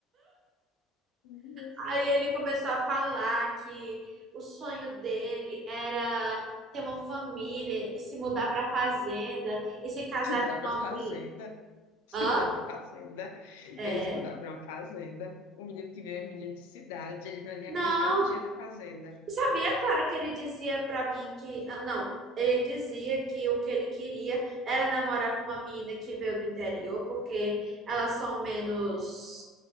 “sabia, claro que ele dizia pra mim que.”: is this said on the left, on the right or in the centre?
Right